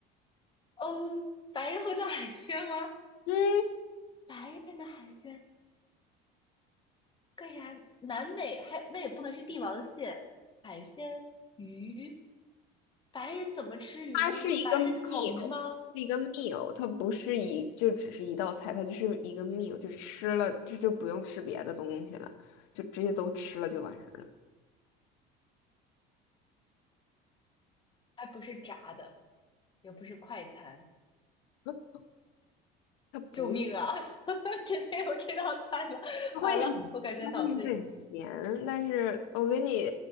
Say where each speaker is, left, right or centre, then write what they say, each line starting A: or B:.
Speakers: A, on the left; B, on the left.
A: 嗯，白人会做海鲜吗？
B: 嗯，
A: 白人的海鲜干啥？南美还那也不能是帝王蟹，海鲜鱼，白人怎么吃鱼呢？
B: 它是一个
A: 白人烤鱼吗？
B: meal，是一个 meal，它不是一就只是一道菜，它就是一个 meal，就吃了这就不用吃别的东西了，就直接都吃了就完事儿了。
A: 还不是炸的，也不是快餐。
B: 嗯它不
A: 救命啊！<laughs> 真的有这道菜吗？
B: 它会很，
A: 完了，我感觉脑子里，
B: 它会有点咸，但是我给你